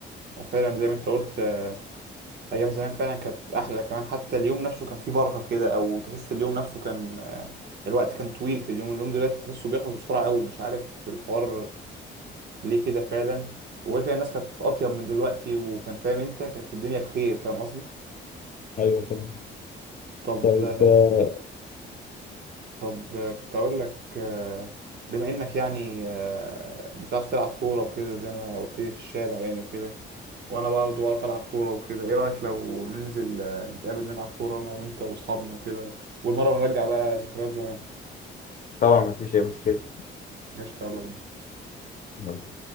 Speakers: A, on the right (about 55°); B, on the left (about 40°).
A: وفعلا زي ما انت قلت آه، ايام زمان فعلا كانت احلى كمان حتى اليوم نفسه كان فيه بركه كده او تحس اليوم نفسه كان آه، الوقت كان طويل في اليوم اليوم دلوقتي تحسه بيخلص بسرعه قوي مش عارف الحوار ليه كده فعلا وغير كده الناس كانت اطيب من دلوقتي وكان فاهم انت كانت الدنيا بخير فاهم قصدي
B: ايوه تمام
A: طب
B: طيب آه،
A: طب كنت اقول لك آه، بما انك يعني آه، بتعرف تلعب كوره وكده زي ما قلت لي في الشارع يعني وكده وانا برضه بعرف العب كوره وكده ايه رايك لو ننزل آه، نتقابل نلعب كوره انا وانت واصحابنا وكده والمره نرجع بقى ذكريات زمان
B: طبعا ما فيش اي مشكلة
A: قشطه يلا بينا
B: يلا.